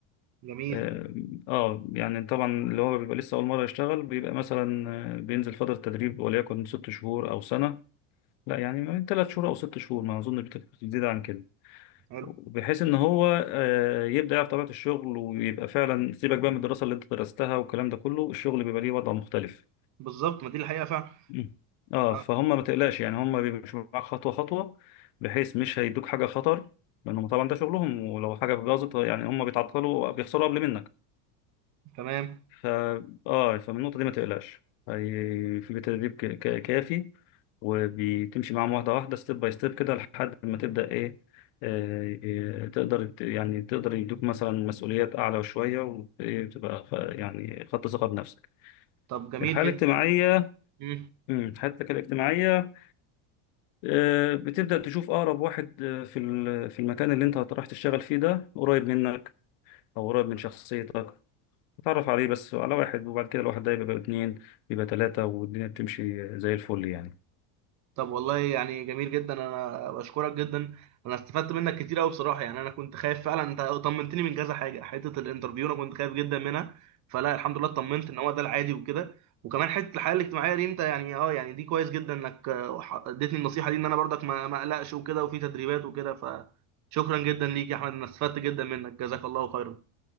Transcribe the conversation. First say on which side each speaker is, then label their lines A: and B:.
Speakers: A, on the right; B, on the left.
A: جميل
B: آه آه، يعني طبعا اللي هو بيبقى لسه أول مرة يشتغل بيبقى مثلا آه، بينزل فترة تدريب وليكن ست شهور أو سنة لا يعني من تلات شهور أو ست شهور ما أظن بتزيد عن كده
A: حلو
B: بحيث ان هو آه، يبدا يعرف طبيعه الشغل ويبقى فعلا سيبك بقى من الدراسه اللي انت درستها والكلام ده كله الشغل بيبقى ليه وضع مختلف
A: بالظبط ما دي الحقيقه فعلا
B: مم. اه
A: آه.
B: فهم ما تقلقش يعني هم بيمشوا معاك خطوه خطوه بحيث مش هيدوك حاجه خطر لانهم طبعا ده شغلهم ولو حاجه باظت يعني هم بيتعطلوا بيخسروا قبل منك
A: تمام
B: ف اه فمن النقطة دي ما تقلقش هي- في تدريب ك- ك- كافي وبتمشي معاهم واحدة واحدة ستيب باي ستيب كده لحد ما تبدأ إيه آه، آه، تقدر ت- يعني تقدر يدوك مثلا مسؤوليات أعلى شوية وتبقى خ- يعني خدت ثقة بنفسك.
A: طب جميل
B: الحالة
A: جدا
B: الاجتماعية
A: مم.
B: مم، حالتك الاجتماعية آه، بتبدأ تشوف أقرب واحد آه، في ال- في المكان اللي أنت رايح تشتغل فيه ده قريب منك أو قريب من شخصيتك اتعرف عليه بس على واحد وبعد كده الواحد ده يبقى اتنين يبقى تلاتة والدنيا بتمشي زي الفل يعني
A: طب والله يعني جميل جدا انا بشكرك جدا انا استفدت منك كتير قوي بصراحه يعني انا كنت خايف فعلا انت طمنتني من كذا حاجه حته الانترفيو انا كنت خايف جدا منها فلا الحمد لله اطمنت ان هو ده العادي وكده وكمان حته الحياه الاجتماعيه دي انت يعني اه يعني دي كويس جدا انك آه، ح- اديتني النصيحه دي ان انا برضك ما ما اقلقش وكده وفي تدريبات وكده فشكرا جدا ليك يا احمد انا استفدت جدا منك جزاك الله خيرا